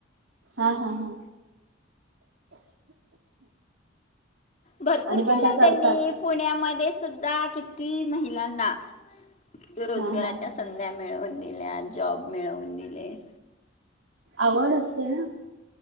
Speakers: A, on the right (about 75°); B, on the left (about 40°).
A: हा हा हा.
B: भरपूर
A: आणि
B: केलय
A: पण त्या करतात
B: त्यांनी पुण्यामध्येस सुद्धा किती महिलांना रोजगाराच्या
A: हा हा हा
B: संध्या मिळवून दिल्यात. जॉब मिळवून दिलेत.
A: आवड असते न